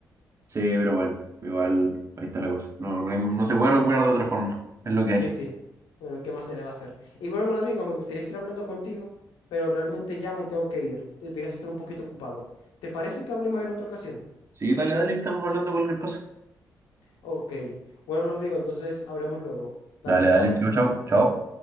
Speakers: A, on the right; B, on the left.
A: Sí, pero bueno, igual ahí está la cosa. No, no, hay- no se puede recuperar de otra forma. Es lo que hay.
B: Sí, sí. Bueno, ¿qué más se le va a hacer? Y bueno, Rodrigo, me gustaría seguir hablando contigo, pero realmente ya me tengo que ir. Voy a estar un poquito ocupado. ¿Te parece que hablemos en otra ocasión?
A: Sí, dale, dale, estamos hablando de cualquier cosa.
B: Ok. Bueno, Rodrigo, entonces hablamos luego. Dale,
A: Dale, dale,
B: chao.
A: chao, chao, chao.